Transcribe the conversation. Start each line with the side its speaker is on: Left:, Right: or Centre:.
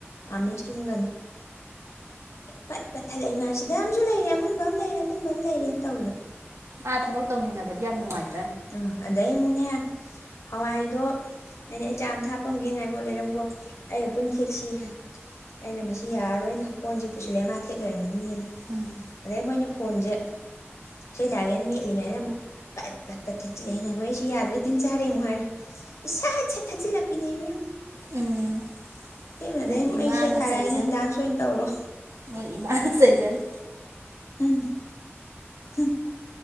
Left: ꯑꯥꯝꯂꯦꯁ ꯇꯨꯝꯒꯅꯤ ꯄꯠ ꯄꯠ ꯊꯠꯂꯛꯏ ꯃꯥ ꯁꯤꯗ ꯑꯃꯁꯨ ꯂꯩꯔꯦ ꯑꯃꯨꯟꯕ ꯑꯃ ꯂꯩꯔꯦ ꯑꯃꯨꯟꯕ ꯑꯃ ꯂꯩꯔꯦꯅ ꯇꯧꯗꯅ
Right: ꯑꯥ ꯊꯕꯛ ꯇꯧꯃꯤꯟꯅꯕꯗꯤ ꯌꯥꯝ ꯅꯨꯡꯉꯥꯏ-
Left: ꯑꯥ ꯑꯗ ꯑꯗꯩ ꯑꯃꯨꯛꯅꯦ ꯍꯋꯥꯏꯗꯣ ꯑꯩꯅ ꯑꯩ ꯆꯥ ꯑꯝ ꯇ ꯍꯥꯞꯄꯝꯒꯦ ꯉꯥꯏꯈꯣ ꯂꯩꯔꯝꯒꯣ ꯑꯩꯒ ꯄꯨꯟ ꯊꯦꯛ ꯁꯤ ꯍꯥꯏ ꯑꯩꯅ ꯃꯁꯤ ꯌꯥꯔꯔꯣꯏꯅ ꯍꯀꯣꯟꯖꯦ ꯄꯨꯁꯤꯜꯂꯦ ꯃꯥ ꯊꯦꯛ ꯂꯩꯔꯝꯃꯅꯤꯌꯦꯅ
Right: ꯎꯝ
Left: ꯑꯗꯩ ꯃꯣꯏꯅꯤ ꯐꯣꯟꯖꯦ ꯏꯁꯩ ꯇꯥꯒꯦꯅ ꯃꯦꯠꯂꯤꯉꯩꯗ ꯑꯃꯨꯛ ꯄꯠ- ꯄꯠ ꯄꯠ ꯊꯛꯆꯤꯜꯂꯛꯏ ꯉꯥꯏꯈꯣꯍꯦ ꯁꯤ ꯌꯥꯗ꯭ꯔꯦ ꯇꯤꯟ ꯆꯥꯔꯦ ꯑꯃꯨꯛ ꯍꯥꯏꯔꯦ ꯏꯁ ꯁꯠ ꯁꯠ ꯊꯛꯆꯤꯜꯂꯛꯄꯤꯅꯦ ꯏꯕꯦꯝ
Right: ꯎꯝ
Left: ꯊꯦꯛꯑꯝꯃꯦ ꯑꯗꯩ
Right: ꯅꯣꯏ
Left: ꯑꯃꯨꯛ
Right: ꯏꯃꯥꯅ
Left: ꯑꯩ ꯏꯁꯩ ꯊꯥꯔꯛꯑꯒꯦ
Right: ꯆꯩꯖꯅꯤ
Left: ꯅꯪ ꯗꯥꯟꯁ ꯑꯣꯏꯅ ꯇꯧꯔꯣ
Right: ꯅꯣꯏ ꯏꯃꯥꯅ ꯆꯩꯖꯅꯤ
Left: ꯎꯝꯍ ꯎꯝ